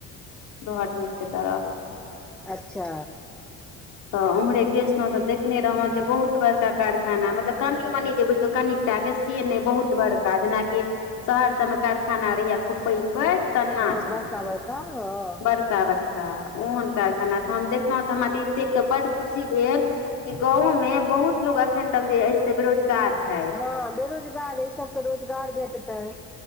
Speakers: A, on the left; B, in the centre.
A: लोहट मील के तरफ।
B: अच्छा
A: तऽ उम्हरे गेल छलौउ तऽ देखने रहौं जे बहुत बड़का कारखाना, मतलब कनि मनी जे बुझबै कनिकटा के से नहि बहुत बड़का, जेनाकि शहर सबमे कारखाना रहैय खूब पैग- पैग तेना
B: हँ
A: छले
B: बड़का बड़का हँ
A: बड़का-
B: हँ
A: बड़ का, ओहन कारखाना तऽ हम देखलहुँ तऽ हमरा देख-देख कऽ बड खुशी भेल। की गांवो में बहुत लोग अखन तक जे अइछ से बेरोजगार छैय।
B: हाँ बेरोजगार एहि सबके रोजगार भेटतैय।